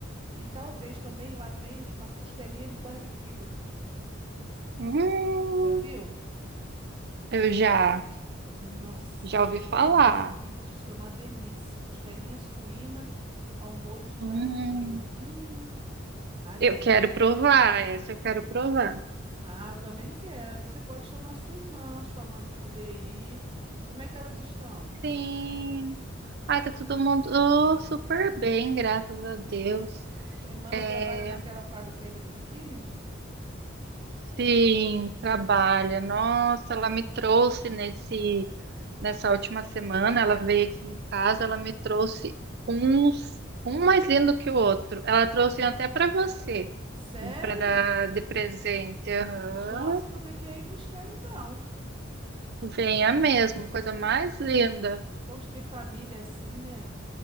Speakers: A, on the right (about 25°); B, on the right (about 55°).
A: E talvez também lá vende uma costelinha de barbecue.
B: Hum,
A: Já viu?
B: eu já,
A: Nossa,
B: já
A: diz
B: ouvi
A: que
B: falar.
A: é uma delícia, diz que é uma delícia. Costelinha suína ao molho de barbecue.
B: Hum,
A: Hum. Ai, tá
B: eu
A: me dando
B: quero
A: água
B: provar,
A: na boca.
B: essa eu quero provar.
A: Ah, eu também quero. Você pode chamar sua irmã, sua mãe para poder ir. Como é que elas estão?
B: Sim. Ai, tá todo mundo oh, super bem, graças a Deus.
A: Sua irmã ainda
B: É,
A: trabalha naquela fábrica ainda de biquínis?
B: Sim, trabalha. Nossa, ela me trouxe nesse nessa última semana, ela veio
A: Hum.
B: aqui em casa, ela me trouxe uns um mais lindo que o outro. Ela trouxe até para você,
A: Sério?
B: para dar de presente. Aham.
A: Nossa, eu vou ter que ir buscar então.
B: Venha
A: Bom,
B: mesmo,
A: né? de-
B: coisa
A: O bom
B: mais
A: de,
B: linda.
A: o bom de ter família assim, né?